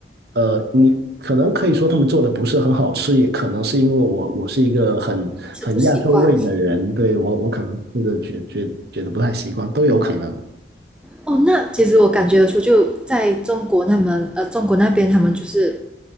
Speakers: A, on the right (about 60°); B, in the centre.
A: 呃，你可能可以说他们做的不是很好吃，也可能是因为我我是一个很很亚洲胃的人，
B: 是不习惯。
A: 对，我我可能吃的觉觉觉得不太习惯，都有可能。
B: 哦，那其实我感觉得出，就在中国那么呃，中国那边他们就是